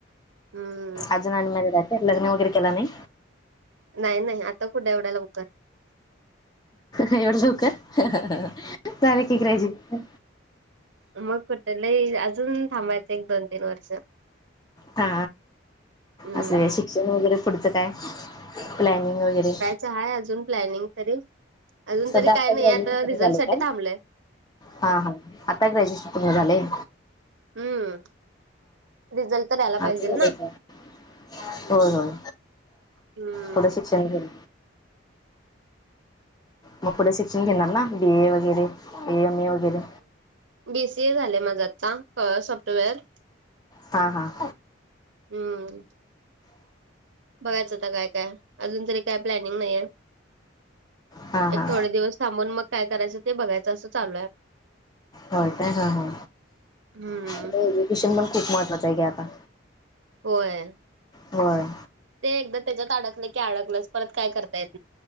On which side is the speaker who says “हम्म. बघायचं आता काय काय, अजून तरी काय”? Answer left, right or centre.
Right